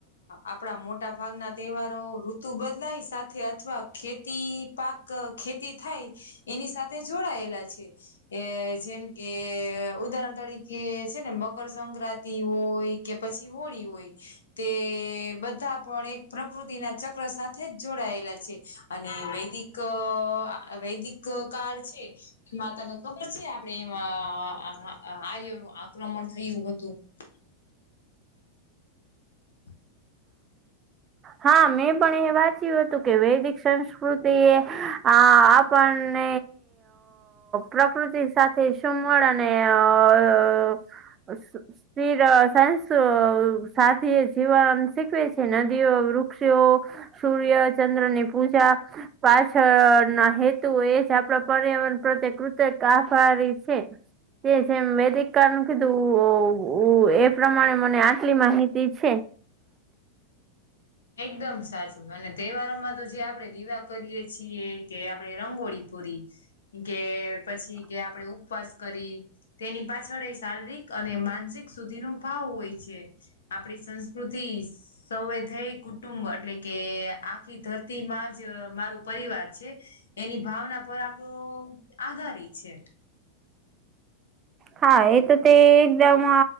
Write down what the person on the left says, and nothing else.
આપણા મોટા ભાગના તહેવારો તું બદલાઈ સાથે અથવા ખેતી પાક ખેતી થાય, એની સાથે જોડાયેલા છે. એ જેમ કે ઉદાહરણ તરીકે છે ને, મકરસક્રાંતિ હોય. કે પછી હોળી હોય, તે બધા પણ એક પ્રકૃતિના ચક્ર સાથે સાથે જોડાયેલા છે, અને વૈદિક વૈદિક કાળ છે. એ માતાને ખબર છે, આપણે એમાં આર્યનું આક્રમણ થયું હતું. <unintelligible>
એકદમ સાચું, અને તહેવારોમાં તો જે આપણેે દીવા કરીએ છીએ કે, આપણે રંગોળી પૂરી કે પછી કે આપણેે ઉપવાસ કરી. તેની પાછળ શારીરિક અને માનસિક સુધીનો ભાવ હોય છે. આપડી સંસ્કૃતિ સૌ એ થઈ. કુટુંબ એટલે કે આખી ધરતીમાં જ મારું પરિવાર છે. એની ભાવના પર આપણો આધાર છે.